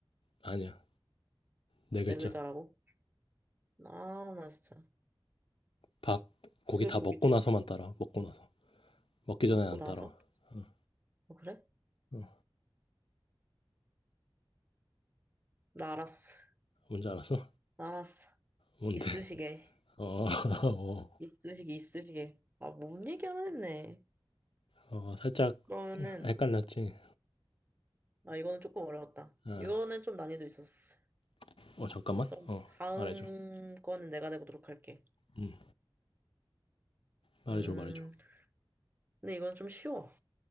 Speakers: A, on the left; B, on the right.
A: 아니야. 네 글자.
B: 네 글자라고? 아, 나 진짜.
A: 밥, 고기
B: 왜
A: 다
B: 고깃집이지?
A: 먹고 나서만 따라. 먹고 나서. 먹기 전에
B: 먹고
A: 안
B: 나서?
A: 따라. 어,
B: 어, 그래?
A: 어.
B: 나 알았어.
A: 뭔지 알았어?
B: 나 알았어.
A: 뭔데?
B: 이쑤시개.
A: 어, <laughs> 어,
B: 이쑤시개, 이쑤시개. 아, 뭔 얘기 하나 했네.
A: 어, 살짝
B: 그러면은,
A: 헷갈렸지.
B: 아, 이거는 조금 어려웠다.
A: 아,
B: 이거는 좀 난이도 있었어.
A: 어, 잠깐만.
B: 그럼
A: 어,
B: 다음
A: 말해줘.
B: 거는 내가 내보도록 할게.
A: 음, 말해줘,
B: 음,
A: 말해줘.
B: 근데 이건 좀 쉬워.